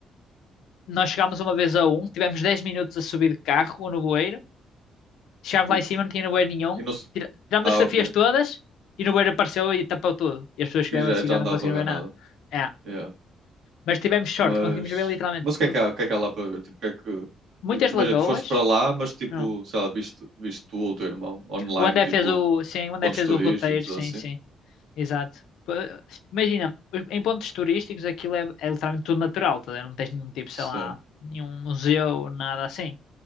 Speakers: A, on the left; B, on the right.
A: Nós chegámos uma vez a um, tivemos 10 minutos a subir de carro no bueiro. Chegámos
B: uff.
A: lá em cima, não tinha bueiro nenhum.
B: E não... se-
A: Tira- Tirámos
B: Ah,
A: as fotografias
B: ok.
A: todas e no bueiro apareceu e tapou tudo. E as pessoas que
B: E
A: vieram
B: já,
A: assim
B: já
A: já
B: não
A: não
B: dá
A: conseguiram
B: para ver
A: ver
B: nada.
A: nada. É.
B: Yeah.
A: Mas tivemos
B: Mas...
A: sorte, conseguimos ver literalmente
B: Mas o que
A: tudo.
B: é que há, o que é que há lá para ver? Tipo, o que é que...
A: Muitas
B: I- Imagina,
A: lagoas.
B: tu foste para lá, mas tipo,
A: Não.
B: sei lá, viste, viste tu ou o teu irmão online,
A: O André
B: tipo,
A: fez o. Sim, o André
B: pontos
A: fez
B: turísticos
A: o roteiro, sim,
B: ou assim?
A: sim. Exato. Pô, Imagina, os- em pontos turísticos aquilo é, é literalmente tudo natural, tá? a ver? não tens nenhum tipo, sei
B: Sim.
A: lá, nenhum museu, nada assim.